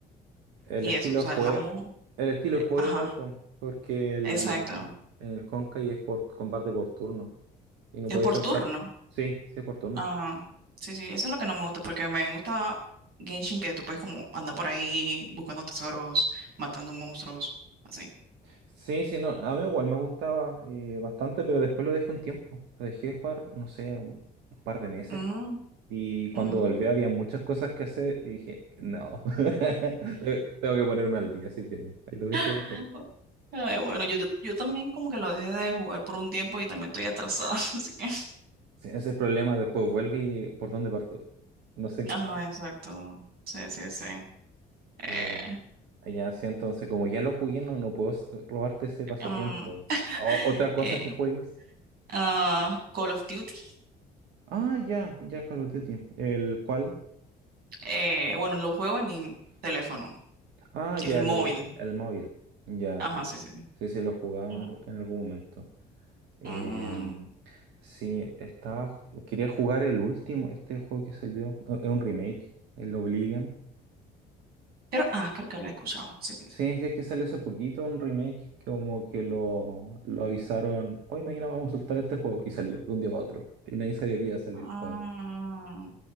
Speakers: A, on the right; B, on the right.
A: El
B: Y
A: estilo
B: eso, o sea,
A: de juego,
B: la mu.
A: el estilo de juego
B: Ajá,
A: igual, po, porque el,
B: exacto.
A: en el Honkai es por combate por turno y no
B: Es
A: puedes
B: por
A: saltar.
B: turno.
A: Sí, sí es por turno.
B: ah Sí, sí, eso es lo que no me gusta, porque me gusta Genshin, que tú puedes como andar por ahí buscando tesoros, matando monstruos, así.
A: Sí, sí, no, a mí igual me gustaba eh, bastante, pero después lo dejé un tiempo. Lo dejé de jugar, no sé, un, un par de meses.
B: Mm,
A: Y cuando
B: mm.
A: volví había muchas cosas que hacer y dije, no, <laughs> te- tengo que ponerme al día, así que no. Ahí lo dejé
B: <laughs>
A: de jugar.
B: Ay, bueno, yo, yo, yo también como que lo dejé de jugar por un tiempo y también estoy atrasada, <laughs> así que.
A: Sí, ese es el problema, después vuelve y por dónde parto. No sé en
B: Ajá,
A: qué está.
B: exacto. Sí, sí, sí.
A: Eh,
B: Eh,
A: ya, sí, entonces, como ya lo jugué, no, no puedo s- robarte ese pasatiempo.
B: mm,
A: O- ¿Otra cosa
B: eh,
A: que juegues?
B: ah, Call of Duty.
A: Ah, ya, ya, Call of Duty. ¿El cuál?
B: Eh, bueno, lo juego en mi teléfono.
A: Ah,
B: que
A: ya,
B: es el móvil.
A: el, el móvil. Ya,
B: Ajá,
A: yes.
B: sí, sí. sí.
A: Sí, sí, lo jugaba
B: Ujú.
A: en, algu- en algún momento. Em,
B: Mm,
A: sí, estaba, ju- quería jugar el último, este juego que salió, eh, es un remake, el Oblivion.
B: pero, ah, creo que lo he escuchado. Sí, sí,
A: Sí,
B: sí.
A: sí, es que salió hace poquito un remake que como que lo, lo avisaron, hoy mañana vamos a soltar este juego y salió de un día para otro y nadie sabía que iba a salir.
B: Ah,
A: Bueno,